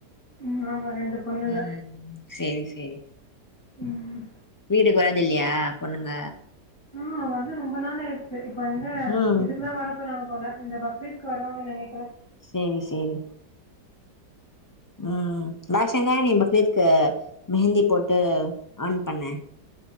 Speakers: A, on the left; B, on the left.
A: ம் ஆமா ரெண்டு பொண்ணுங்க
B: ம் சேரி சேரி
A: ம்
B: வீட்டுக்கு வரதுல்லையா பொண்ணுங்க
A: அ வந்து ரொம்ப நாளாயிருச்சு இப்ப எங்க
B: ம்
A: இதுக்குலா வர போறாங்க போல இந்த பக்ரீ்த்க்கு வருவாங்க நெனைக்கறே
B: சேரி சேரி ம் ம் <unintelligible> நீ பக்ரீத்க்கு மெஹந்தி போட்டு ஆன் பண்ண